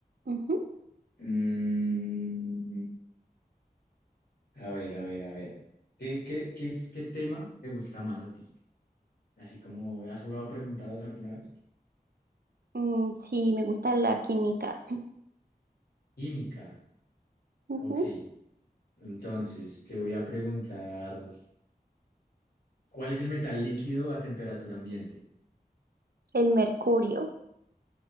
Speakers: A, on the right; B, on the left.
A: Ujú.
B: Mm, a ver, a ver, a ver. ¿Qué, qué, qué, qué tema te gusta más a ti? Así como, ¿has jugado preguntados alguna vez?
A: Mm, sí, me gusta la química.
B: Química.
A: Ujú.
B: Ok, entonces te voy a preguntar, ¿cuál es el metal líquido a temperatura ambiente?
A: El mercurio.